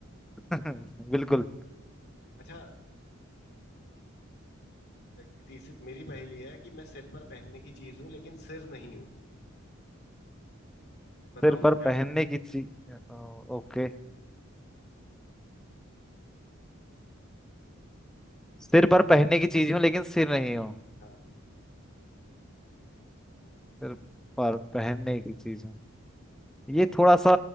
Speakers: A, in the centre; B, on the left.
A: <laughs> बिल्कुल
B: अच्छा एक तीसरी मेरी पहेली है कि मैं सिर पर पहनने की चीज हूँ लेकिन सिर नहीं हूँ बताओ
A: सिर
B: मैं
A: पर
B: क्या
A: पहनने
B: हूँ?
A: की चीज ओके सिर पर पहनने की चीज हूँ लेकिन सिर नहीं हूँ
B: हाँ
A: सिर पर पहनने की चीज हूँ ये थोड़ा सा